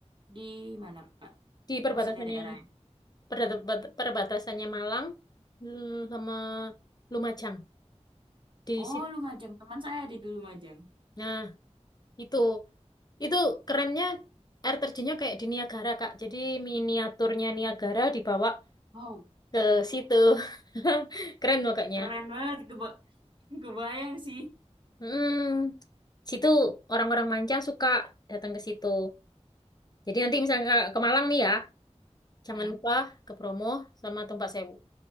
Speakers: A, on the right; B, on the left.
A: di mana Kak?
B: di perbatasannya,
A: Maksudnya daerahnya?
B: perbat- perbatasannya Malang eh, sama Lumajang. Di
A: Oh,
B: situ.
A: Lumajang. Teman saya ada di Lumajang.
B: Nah, itu. Itu kerennya air terjunnya kayak di Niagara, Kak. Jadi miniaturnya Niagara dibawa
A: Wow,
B: ke situ. <laughs> Keren makanya.
A: keren banget. Keba <laughs> kebayang sih.
B: Hmm, situ orang-orang manca suka datang ke situ. Jadi nanti misalnya ke ke Malang nih ya, jangan
A: Hah?
B: lupa ke Bromo sama Tumpak Sewu.